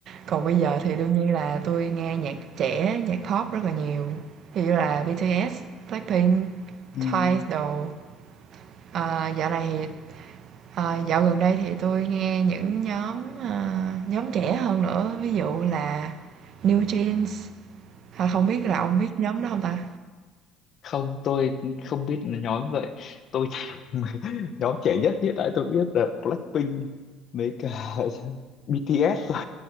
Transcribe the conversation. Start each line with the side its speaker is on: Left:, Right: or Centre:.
Right: Còn bây giờ thì đương nhiên là tôi nghe nhạc trẻ, nhạc pop rất là nhiều. Ví dụ như là BTS, Blackpink,
Left: um,
Right: Twice đồ. Ờ, dạo này thì Ờ, dạo gần đây thì tôi nghe những nhóm, ờ, nhóm trẻ hơn nữa, ví dụ là New Jeans. Ờ, không biết là ông biết nhóm đó không ta?
Left: không tôi không biết là nhóm vậy tôi chỉ <laughs> nhóm trẻ nhất hiện tại tôi biết là Blackpink mấy cả <laughs> BTS rồi